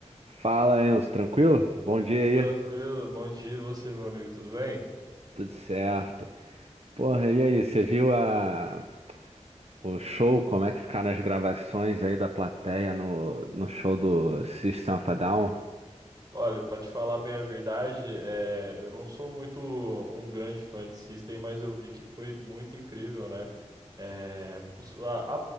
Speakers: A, on the right; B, on the right.
A: Fala, Enzo, tranquilo? Bom dia aí.
B: Tranquilo, bom dia e você, meu amigo, tudo bem?
A: Tudo certo. Porra, e aí, você viu a... o show, como é que ficaram as gravações aí da plateia no, no show do System of a Down?
B: Olha, pra te falar bem a verdade, é, eu não sou muito um grande fã de System, mas eu vi que foi muito incrível, né? É, os- a, a,